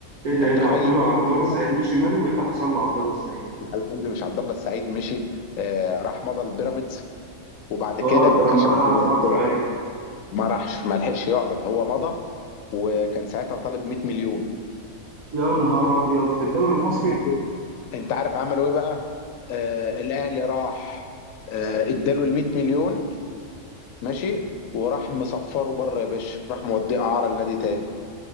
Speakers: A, on the right (about 80°); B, on the left (about 70°).
A: ايه
B: انت
A: ده
B: متخيل
A: ايه ده عبد الله
B: قله
A: عبد
B: القيمه
A: الله السعيد مشي ماله؟ ايه اللي حصل له عبد الله السعيد؟
B: يا حبيب قلبي مش عبد الله السعيد مشي آه راح مضى البيراميدز وبعد كده
A: اه ده لما
B: عشان
A: راح قعد
B: كانت
A: فترة ايوه
B: ما راحش ما لحقش يقعد هو مضى وكان ساعتها طالب 100 مليون
A: يا نهار ابيض في الدوري المصري؟
B: ماشي انت عارف عملوا ايه بقى آه الاهلي راح آه اداله ال 100 مليون ماشي وراح مصفره بره يا باشا راح موديه اعاره لنادي تاني